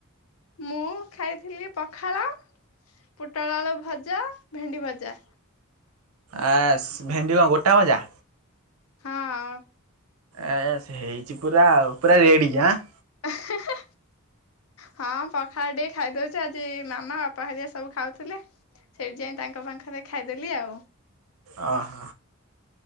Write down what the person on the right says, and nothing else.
ଆସ୍ ଭେଣ୍ଡି କଣ ଗୋଟା ଭଜା?
ଏ ସ୍ ହେଇଛି ପୁରା ଆଉ ପୁରା ରେଡି ଆଁ।
ଅହ